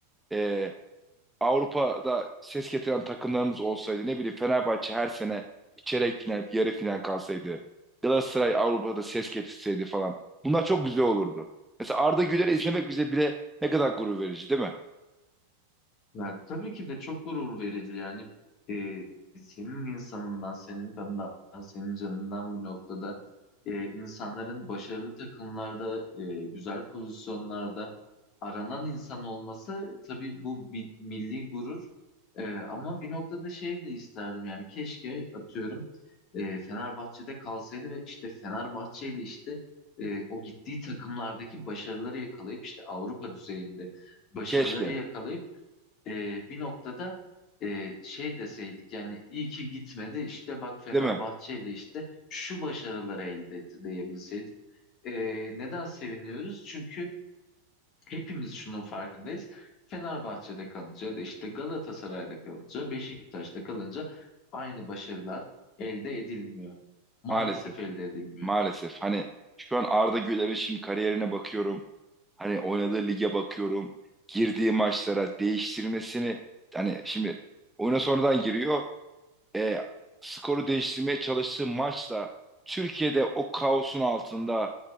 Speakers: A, in the centre; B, on the left.
A: e, Avrupa'da ses getiren takımlarımız olsaydı ne bileyim Fenerbahçe her sene bir çeyrek final, bir yarı final kalsaydı. Galatasaray Avrupa'da ses getirseydi falan. Bunlar çok güzel olurdu. Mesela Arda Güler'i izlemek bize bile ne kadar gurur verici değil mi?
B: Ya, tabii ki de çok gurur verici yani Ee, senin insanından, senin kanından, senin canından bu noktada e, insanların başarılı takımlarda, e, güzel pozisyonlarda aranan insan olması tabii bu bir milli gurur. Ee, ama bir noktada şey de isterdim yani keşke atıyorum e, Fenerbahçe'de kalsaydı ve işte Fenerbahçe ile işte e, o gittiği takımlardaki başarıları yakalayıp işte Avrupa düzeyinde başarıları
A: Keşke,
B: yakalayıp e, bir noktada e, şey deseydik yani iyi ki gitmedi işte bak Fenerbahçe
A: değil mi?
B: ile işte şu başarıları elde etti diyebilseydik. E, neden seviniyoruz? Çünkü hepimiz şunun farkındayız. Fenerbahçe'de kalınca ya da işte Galatasaray'da kalınca Beşiktaş'ta kalınca aynı başarılar elde edilmiyor. Maalesef
A: Maalesef.
B: elde edilmiyor.
A: Maalesef. Hani şu an Arda Güler'in şimdi kariyerine bakıyorum. Hani oynadığı lige bakıyorum. Girdiği maçlara değiştirmesini hani şimdi oyuna sonradan giriyor. e, skoru değiştirmeye çalıştığı maçla Türkiye'de o kaosun altında